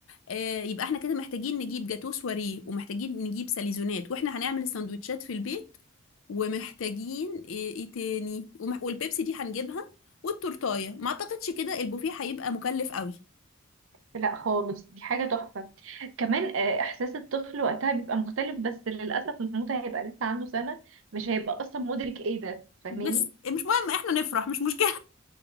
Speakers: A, on the left (about 70°); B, on the right (about 70°).
A: آه، يبقى احنا كده محتاجين نجيب جاتو سواريه ومحتاجين نجيب ساليزونات واحنا هنعمل السندوتشات في البيت ومحتاجين ايه, إيه تاني ومح... والبيبسي دي هنجيبها والتورتايه ما اعتقدش كده البوفيه هيبقى مكلف قوي
B: لا خالص دي حاجة تحفة كمان آه، إحساس الطفل وقتها بيبقى مختلف بس للأسف محمود هيبقى لسه عنده سنة مش هيبقى أصلا مدرك إيه ده فاهماني
A: بس مش مهم احنا نفرح مش مشكلة